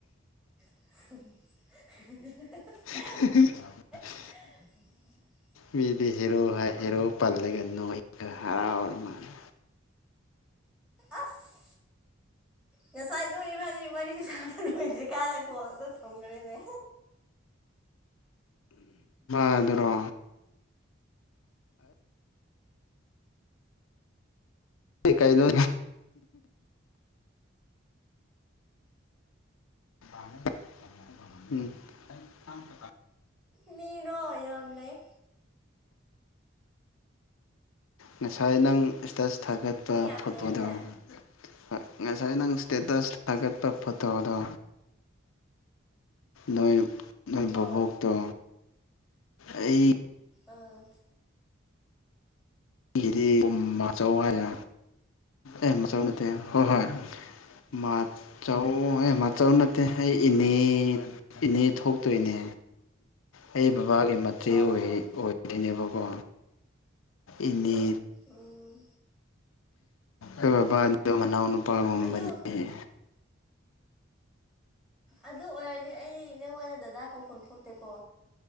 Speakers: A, in the centre; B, on the left (about 85°).
A: <unintelligible>
B: <unintelligible>
A: <unintelligible>
B: ꯃꯤꯗꯤ ꯍꯦꯔꯣ ꯍꯥꯏ ꯍꯦꯔꯣ ꯄꯜꯂꯒ ꯍꯔꯥꯎꯔ ꯃꯥꯅ
A: ꯑꯁ ꯉꯁꯥꯏꯗꯣꯏꯕꯅꯤ ꯃ ꯁꯥꯕ ꯀꯨꯏꯗ꯭ꯔꯤ ꯀꯥꯏꯗ ꯀꯣꯗ ꯊꯣꯡꯈ꯭ꯔꯦꯅꯦ
B: ꯥꯗꯨꯔꯣ ꯀꯩꯗ <unintelligible>
A: ꯃꯤꯅꯣ ꯑꯌꯥꯝ ꯑꯃ ꯂꯩ
B: ꯉꯁꯥꯏ ꯅꯪ ꯏꯁꯇꯁ ꯊꯥꯒꯠꯄ
A: ꯃꯤ ꯌꯥꯝ
B: ꯐꯣꯠꯄꯗꯣ
A: ꯂꯩꯌꯦ
B: ꯍꯣꯏ ꯉꯁꯥꯏ ꯅꯪ ꯏꯁꯇꯦꯇꯁ ꯊꯥꯒꯠꯄ ꯐꯣꯇꯣꯗꯣ ꯅꯣꯏ ꯅꯣꯏ ꯕꯣꯛꯇꯣ
A: ꯑꯧ
B: ꯑꯩ
A: ꯑꯥ
B: ꯑꯩꯒꯤꯗꯤ ꯃꯆꯧ ꯍꯥꯏꯔꯦ ꯑꯦ ꯃꯆꯧ ꯅꯠꯇꯦ ꯍꯣꯏ ꯍꯣꯏ ꯃ ꯆ ꯍ ꯃ ꯆ ꯅ ꯑꯩ ꯏꯅꯦ ꯏꯅꯦ ꯊꯣꯛꯇꯣꯏꯅꯦ ꯑꯩ ꯕꯥꯒꯤ ꯃꯦ ꯑꯣꯏꯔꯤꯣꯏꯅꯦꯕꯀꯣ
A: ꯑꯥ
B: ꯏꯅꯦ
A: ꯎꯝ
B: ꯑꯩ ꯕꯥ ꯑꯗꯨ ꯃꯅꯥꯎ ꯑꯄꯥꯒꯨꯝꯕꯅꯤꯍ
A: ꯑꯗꯨ ꯑꯗꯨ ꯑꯣꯏꯔꯗꯤ ꯑꯩ ꯅꯪꯗ ꯗꯗꯥ ꯀꯧꯐꯝ ꯊꯣꯛꯇꯦꯀꯣ